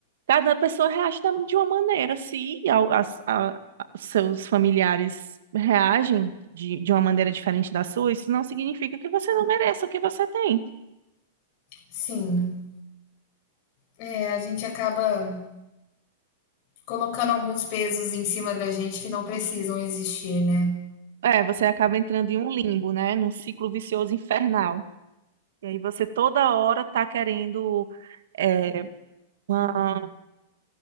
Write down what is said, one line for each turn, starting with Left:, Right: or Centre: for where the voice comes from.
Right: Cada pessoa reage da- de uma maneira. Se ao- as- a- a- seus familiares reagem de, de uma maneira diferente da sua, isso não significa que você não mereça o que você tem.
Left: Sim, é, a gente acaba colocando alguns pesos em cima da gente que não precisam existir, né?
Right: É, você acaba entrando em um limbo, né? Num ciclo vicioso infernal. E aí você toda hora tá querendo é, uma-